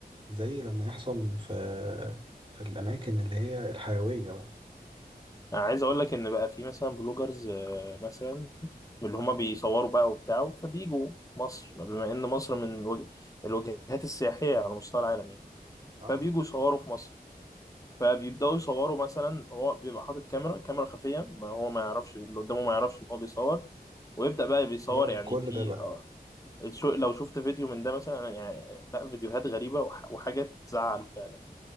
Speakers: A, on the right; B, on the left.
A: زي لما يحصل في في الاماكن اللي هي الحيوية بقى
B: انا عايز اقول لك ان بقى في مثلا بلوجرز آه، مثلا من اللي هما بيصوروا بقى وبتاع فبيجوا مصر بما ان مصر من الوج... الوجهات السياحيه على مستوى العالم يعني
A: اه
B: فبيجوا يصوروا في مصر فبيبداوا يصوروا مثلا هو بيبقى حاطط كاميرا كاميرا خفيه ما هو ما يعرفش اللي قدامه ما يعرفش ان هو بيصور ويبدأ بقى بيصور
A: بيعرض
B: يعني
A: كل
B: في
A: ده بقى
B: آه، شو لو شفت فيديو من ده مثلا أنا يعني لا فيديوهات غريبة وح وحاجات تزعل فعلا